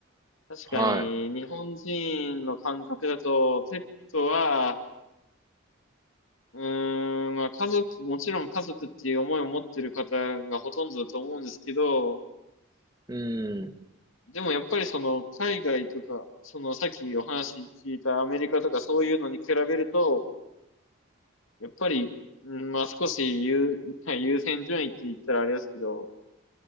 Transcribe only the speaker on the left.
確かに、
日本人の感覚だと、ペットは、うーん、まあ家族、もちろん家族っていう思いを持ってる方がほとんどだと思うんですけど、
でもやっぱりその海外とか、そのさっきお話聞いたアメリカとかそういうのに比べると、やっぱり、うん、まあ少し優、<laughs> 優先順位って言ったらあれですけど、